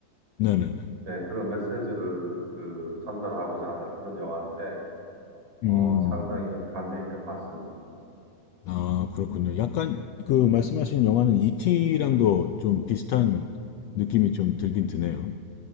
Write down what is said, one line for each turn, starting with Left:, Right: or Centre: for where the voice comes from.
Left: 네네네.
Right: 네, 그런 메시지를 그 전달하고자 하는 그런 영화인데, 어,
Left: 음.
Right: 상당히 감명 있게 봤습니다.
Left: 아, 그렇군요. 약간 그 말씀하신 영화는 이티랑도 좀 비슷한 느낌이 좀 들긴 드네요.